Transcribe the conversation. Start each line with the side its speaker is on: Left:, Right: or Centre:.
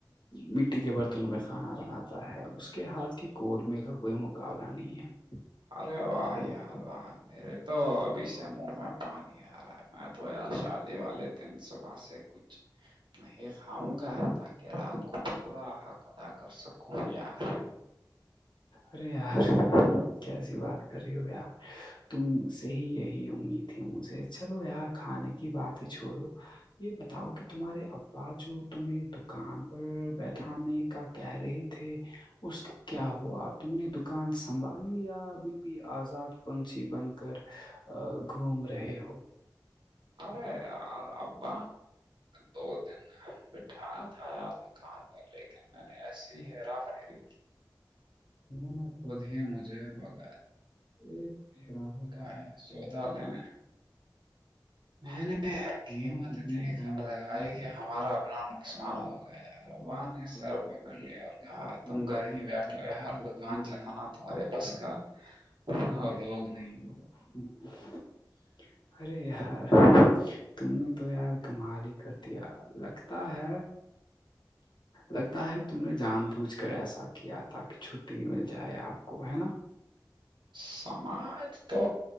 Left: مٹی کے برتنوں میں کھانا بناتا ہے اس کے اس کے ہاتھ کے قورمے
Right: ہیں۔
Left: کا کوئی مقابلہ نہیں ہے
Right: ارے واہ یار واہ میررے تو
Left: اور
Right: ابھی
Left: اسے
Right: سے منہ
Left: نہیں
Right: میں پانی آ رہا ہے م تو یار شادی والے دن صبح سے کچھ نہیں کھاؤں گا تاکہ رات کو پورا حق کدا کر سکوں یار
Left: ارے یار کیسی بات کر رہی ہو یار تم سے ہی یہی امید تھی مجھے چلو ار کھانے کی باتیں چھوڑو یہ بتاؤ کہ تمہارے ابا جو تمہیں دکان پر بیٹھانے کا کہہ رہے تھے اس کا کیا ہوا تم نے دکان سنبھال لیا ابھی آزاد پنچھی بن کر گھوم رہے ہو
Right: ارے اور ابب دو دن بٹھایا تھا یار میں کار پہ لے کے میں نے ایسی ہے را فری
Left: نا خھجے
Right: ہی
Left: مج
Right: مجھے
Left: بے
Right: بغیر
Left: ایک گراہک
Right: آئے سودا
Left: پودا
Right: لینے میں قیمت
Left: ہ تتما
Right: اتنی
Left: گ
Right: کم لگائی
Left: آ
Right: کہ ہمارا اپنا نقصان
Left: اناپ
Right: ہو گیا اور ابا نے
Left: خرا
Right: سر
Left: پک
Right: پکڑ
Left: ل
Right: لیا
Left: ر
Right: اور کہا تم گھر ہی بیٹھے ہوئے ہر
Left: ج
Right: دکان
Left: خانتا
Right: چلانا
Left: منا
Right: تمہارے
Left: مارا سبت
Right: بس
Left: ہے
Right: کا
Left: <unintelligible>
Right: اور لوگ
Left: ارے یار تم نے تو یار کمال ہی کر دیا لگتا ہے لگتا ہے تم نے جان بوچھ کر ایسا کیا تھا کہ کہ چھٹی مل جائے آپ کو ہے نا
Right: سماج تو